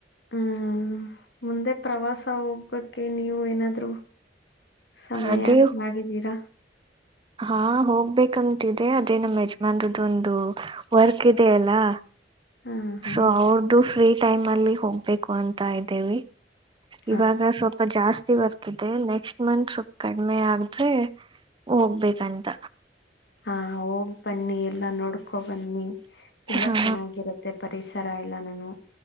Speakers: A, on the left (about 80°); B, on the right (about 30°).
A: ಹ್ಮ್ ಮುಂದೆ ಪ್ರವಾಸ ಹೋಗಕ್ಕೆ ನೀವು ಏನಾದ್ರು ಸಮಯ
B: ಅದೇ
A: ಮಾಡಿದ್ದೀರಾ
B: ಹಾ ಹೋಗ್ಬೇಕಂತಿದೆ ಅದೇ ನಮ್ಮ್ ಯಜಮನ್ ಒಂದು ವರ್ಕ್ ಇದೆ ಅಲ್ಲಾ
A: ಹಾ, ಹಾ.
B: ಸೊ ಅವ್ರ್ದು ಫ್ರೀ ಟೈಮ್ ಅಲ್ಲಿ ಹೋಗ್ಬೇಕು ಅಂತ ಇದ್ದೇವಿ
A: <unintelligible>
B: ಇವಾಗ ಸ್ವಲ್ಪ ಜಾಸ್ತಿ ಬರ್ತಿದೆ ನೆಕ್ಸ್ಟ್ ಮಂತ್ ಸ್ವಲ್ ಕಡಿಮೆ ಆದಗ್ರೆ ಹೋಗ್ಬೇಕಂತ
A: ಹಾ ಹೋಗ್ ಬನ್ನಿ ಎಲ್ಲ ನೋಡ್ಕೊ ಬನ್ನಿ ತುಂಬಾ
B: ಹಾ
A: ಚೆನ್ನಾಗಿರುತ್ತೆ ಮತ್ತು ಪರಿಸರ ಎಲ್ಲ ನಾನು